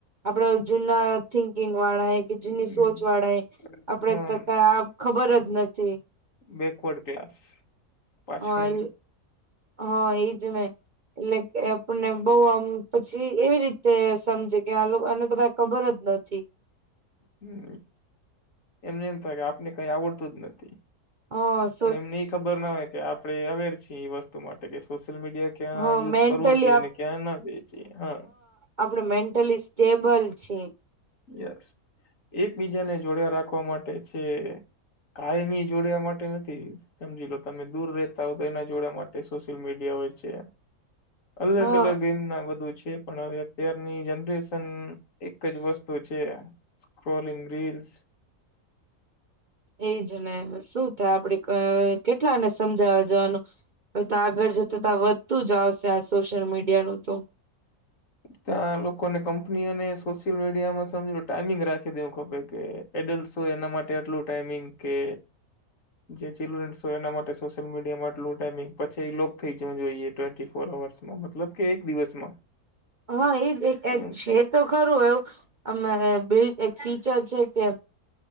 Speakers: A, on the right; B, on the left.
A: આપણે જૂના થિંકિંગ વાળા હે કે જૂની
B: હમ
A: સોચ વાળા હે આપણેે
B: હમ
A: તો કાઈ આવ ખબર જ નથી
B: બેકવર્ડ ક્લાસ પાછળ
A: હોલ હા એજ ને એટલે કે આપણને બહુ આમ પછી એવી રીતે સમજે કે આ લોકા ને તો કાંઈ ખબર જ નથી
B: હમ એમને એમ થાય કે આપને કંઇ આવડતું જ નથી
A: હાશ
B: પણ એમને એ ખબર ના હોય કે આપણે અવેર છીએ એ વસ્તુ માટે કે સોશિયલ મીડિયા ક્યાં
A: હા
B: યુઝ
A: મેન્ટલી
B: કરવું જોઈએ ને ક્યાં ના જઈ છે એ હા
A: આપણે મેન્ટલી સ્ટેબલ છીએ
B: યસ એકબીજાને જોડયા રાખવા માટે છે કાયમી જોડ્યા માટે નથી સમજી લો તમે દૂર રહેતા હો તો એના જોડવા માટે સોશિયલ મીડિયા હોય છે અલગ
A: હા
B: અલગ એ મ ના બધું છે પણ હવે અત્યારની જનરેશન એક જ વસ્ત તું છે સ્ક્રોલિંગ રીલ્સ
A: એજ ને શું થાય આપણે ક કેટલાને સમજાવવા જવાનું હવે તો આગળ જતા તો આ વધતું જ આવશે આ સોશિયલ મીડિયાનું તો
B: ત્યાં લોકોને કંપનીઓને સોશિયલ મીડિયામાં સમજો ટાઈમિંગ રાખી દેવું ખપે કે એડલ્ટશ હોય એના માટે એટલું ટાઈમિંગ કે જે ચિલ્ડ્રનસ હોય એના માટે સોશિયલ મીડિયામાં આટલું ટાઈમિંગ પછી લોક થઈ જવું જોઈએ ટ્વેન્ટી ફોર અવર્સ મતલબ કે એક દિવસમાં
A: હા એ જ એક
B: એમ
A: છે તો ખરું એવું અમે બે એક ફીચર છે કે